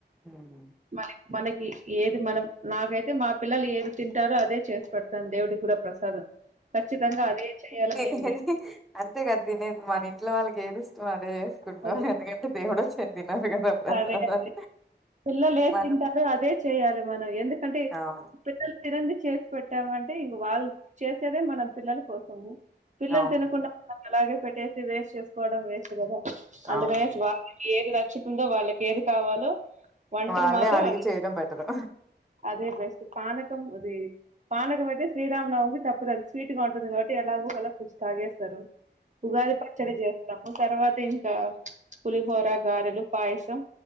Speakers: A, in the centre; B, on the right (about 40°).
A: ఉన
B: మరి మనకి ఏది మనం నాకైతే మా పిల్లలు ఏది తింటారో అదే చేసి పెడతాను దేవుడి కూడా ప్రసాదం ఖచ్చితంగా అదే చేయాలని
A: తినేది
B: ఏం లేదు
A: అంతే కదా తినేది మన ఇంట్లో వాళ్ళకి ఏది ఇష్టం అదే చే కుంటాం
B: అవును
A: ఎందుకంటే దేవుడు వచ్చి తినడు కదా ప్రసాదాం
B: అదే అదే పిల్లలు ఏది
A: మనం
B: తింటారో అదే చేయాలి మనం ఎందుకంటే
A: అవును
B: పెద్దొల్ తినాన్ ది చేసి పెట్టామ అంటే ఇంక వాళ్ళు చేసేదే మనం పిల్లల కోసము పిల్లలు
A: అవును
B: తినకుండా అలాగే పెట్టేసి వేస్ట్ చేసుకోవడం వేస్ట్ కదా అందుకనేసి
A: అవును
B: వాళ్ళకి ఏది నచ్చుతుందో వాళ్ళకి ఏది కావాలో వంటల్
A: వాళ్ళే
B: మాత్రం
A: అడిగి
B: అ
A: చేయడం బెటరు
B: అదే బెస్ట్ పనకం అది పానకం అయితే శ్రీరామనవకి తప్పుదు అది స్వీట్ గా ఉంటుంది కాబట్టి ఎలాగో అలా తాగేస్తారు ఉగాది పచ్చడి చేస్తాము తర్వాత ఇం ఇంకా పులిహోర, గారెలు, పాయసం